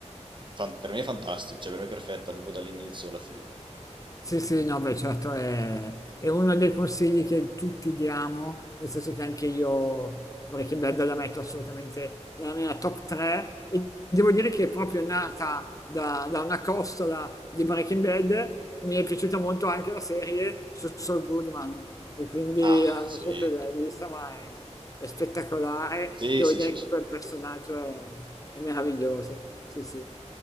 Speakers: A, on the right; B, on the left.
A: fan- per me è fantastica, cioè per me è perfetta proprio dall'inizio alla fine.
B: Sì, sì, no, beh, certo è, è uno dei consigli che tutti diamo, nel senso che anche io Breaking Bad la metto assolutamente nella mia top 3 e devo dire che è proprio nata da, da una costola di Breaking Bad, mi è piaciuta molto anche la serie su Saul Goodman e quindi
A: Ah,
B: eh, non
A: sì,
B: so se l'hai vista, ma è, è spettacolare,
A: sì,
B: devo
A: sì,
B: dire
A: sì,
B: che
A: sì.
B: quel personaggio è, è meraviglioso, sì, sì.